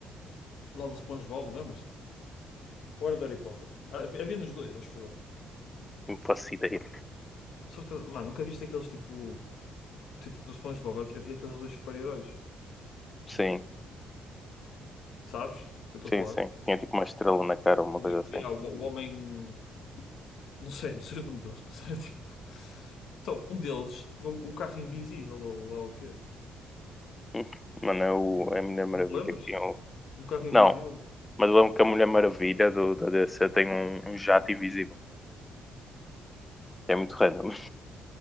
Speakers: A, on the left; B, on the left.
A: lá do SpongeBob, lembras-te? Ou era do Harry Potter? Ah, Havia havia nos dois, acho eu.
B: não faço ideia.
A: Não sou certeza- Mano, nunca viste aqueles tipo, tipo no SpongeBob, havia aqueles dois super-heróis,
B: Sim,
A: sabes? O Que eu estou
B: sim,
A: a falar?
B: sim. Tinha tipo uma estrela na cara, uma
A: O,
B: coisa assim.
A: é, o, o homem. Não sei, não sei o nome deles, <laughs> mas era tipo. Então, um deles tinha o, o carro invisível, ou lá o quê?
B: Hum? Mano, é, o, é a Mulher Maravilha
A: Te lembras?
B: que tinha o...
A: Do carro invisível?
B: Não, mas eu lembro que a Mulher Maravilha do, da DC tem um, um jato invisível. que É muito random.